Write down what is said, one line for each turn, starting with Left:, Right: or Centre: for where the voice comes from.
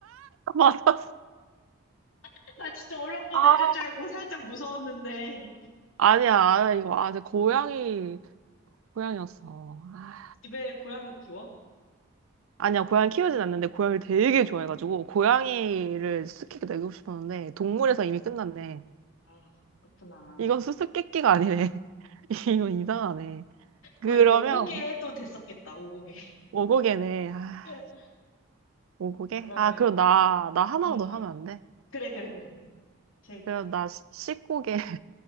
Right: 맞았어.
Left: <laughs> 나 진짜 어려운 거
Right: 아,
Left: 내줄 줄 알고 살짝 무서웠는데. <laughs>
Right: 아니야, 아 이거. 아, 제 고양이, 고양이였어. 아,
Left: 집에 고양이 키워?
Right: 아니야, 고양이 키우진 않는데, 고양이를 되게 좋아해가지고, 고양이를 수수께끼 내고 싶었는데, 동물에서 이미 끝났네.
Left: 아, 그렇구나.
Right: 이건 수수께끼가 아니네. <laughs> 이건 이상하네. 그러면,
Left: 어, 이거 오고개 해도 됐었겠다, 오고개.
Right: 오고개네. 아,
Left: <laughs>
Right: 오고개?
Left: 그러면,
Right: 아, 그럼 나, 나 하나만
Left: 응
Right: 더 하면 안 돼?
Left: 그래, 그래, 그래. 재밌겠다.
Right: 그럼 나 시- 십고개.